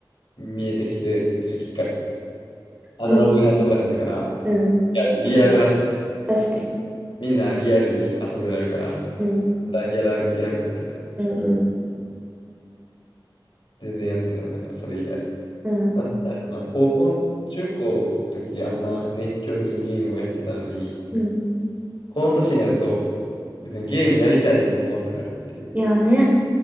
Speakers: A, on the left (about 85°); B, on the right (about 20°).
A: 見えてきて、時期からアナログで遊ぶようになったから、
B: うん、うん。
A: リアル、リアル遊び。
B: なんか、確かにね。
A: みんなリアルに遊ぶようになるから、
B: うん、
A: だやら、やらんくなってたよね。
B: うん、うん、
A: 全然やってないわ。だからそれ以来。
B: うん、
A: なんだろうな、高校、中高の時にあんな熱狂的にゲームをやってたのに、
B: うん。
A: この年になると別にゲームやりたいとも思わんくなるっていう。
B: いやーね、